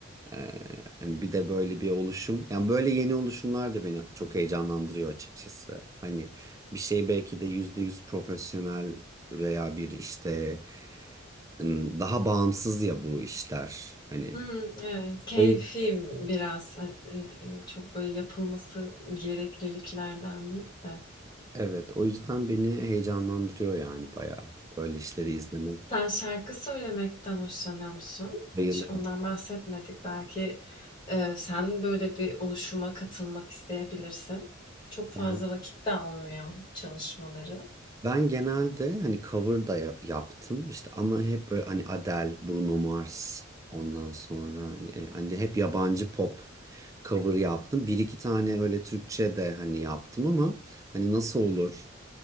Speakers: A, on the right; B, on the left.
A: Ee, hani bir de böyle bir oluşum. Yani böyle yeni oluşumlar da beni çok heyecanlandırıyor açıkçası. Hani bir şey belki de yüzde yüz profesyonel veya bir işte ım, daha bağımsız ya bu işler. Hani
B: Hmm evet, keyfi
A: o, yüz-
B: biraz, hani, eee, çok böyle yapılması gerekliliklerden değil de.
A: evet o yüzden beni heyecanlandırıyor yani bayağı. Böyle işleri izlemek
B: Sen şarkı söylemekten hoşlanıyor musun?
A: bayılırım.
B: Hiç ondan bahsetmedik. Belki, eee, sen böyle bir oluşuma katılmak isteyebilirsin. Çok fazla
A: Yani
B: vakit de almıyor çalışmaları.
A: Ben genelde hani cover da ya- yaptım işte ama hep böyle hani Adele, Bruno Mars ondan sonra e, hani hep yabancı pop cover yaptım. Bir iki tane öyle Türkçe de hani yaptım ama hani nasıl olur